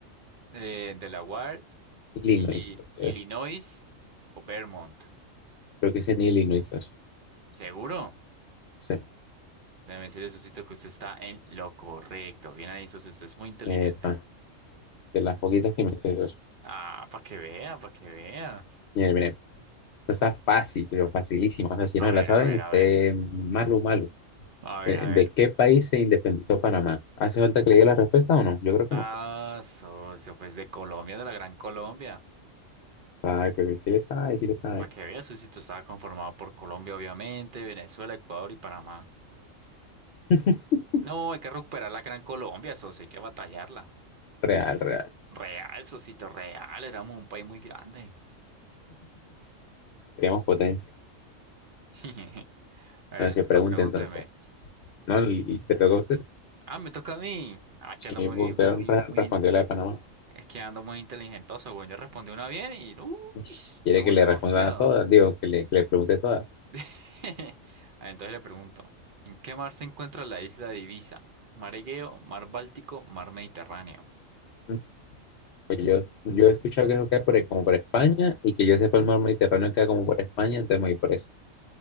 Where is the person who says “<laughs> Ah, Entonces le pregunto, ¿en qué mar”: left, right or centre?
Right